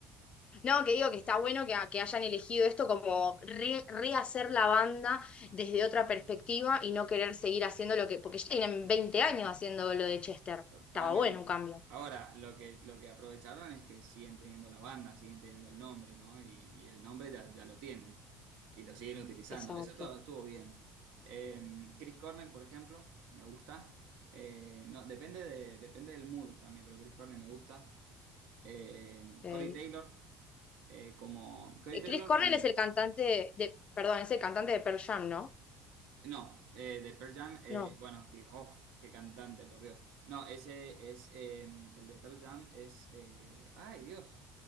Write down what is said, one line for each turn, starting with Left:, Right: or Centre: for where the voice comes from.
Left: No, que digo que está bueno que, que hayan elegido esto como re- rehacer la banda desde otra perspectiva y no querer seguir haciendo lo que. Porque ya tienen 20 años haciendo lo de Chester.
Right: Totalmente.
Left: Estaba bueno un cambio.
Right: Ahora, lo que, lo que aprovecharon es que siguen teniendo la banda, siguen teniendo el nombre, ¿no? Y, y el nombre ya, ya lo tienen y lo siguen utilizando.
Left: Exacto.
Right: Eso todo estuvo bien. Eh, Chris Cornell, por ejemplo, me gusta. Eh, no, depende de, depende del mood también, pero Chris Cornell me gusta. Eh,
Left: ok.
Right: Corey Taylor, eh, como, Corey
Left: Eh,
Right: Taylor
Left: Chris Cornell
Right: como,
Left: es el cantante de. Perdón, es el cantante de Pearl Jam, ¿no?
Right: No, eh, de Pearl Jam, eh,
Left: No.
Right: bueno, tío, uf, qué cantante, por Dios. No, ese es, eh, el de Pearl Jam es, eh, ay, Dios,